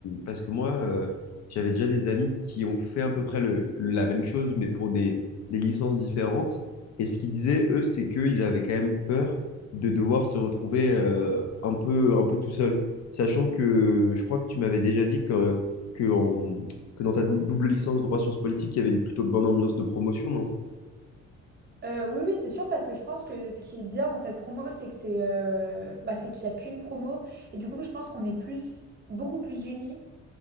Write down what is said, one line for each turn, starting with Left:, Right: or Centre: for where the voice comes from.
Left: parce que moi, euh, j'avais déjà des amis qui ont fait à peu près le- la même chose, mais pour des, des licences différentes. Et ce qu'ils disaient, eux, c'est qu'ils avaient quand même peur de devoir se retrouver euh, un peu, un peu tout seul. Sachant que je crois que tu m'avais déjà dit que, que, en- que dans ta dou- double licence droit sciences politiques, il y avait une plutôt bonne ambiance de promotion, non?
Right: Euh, oui, oui, c'est sûr, parce que je pense que ce qui est bien dans cette promo, c'est que c'est euh, bah, c'est qu'il n'y a qu'une promo. Et du coup, je pense qu'on est plus, beaucoup plus unis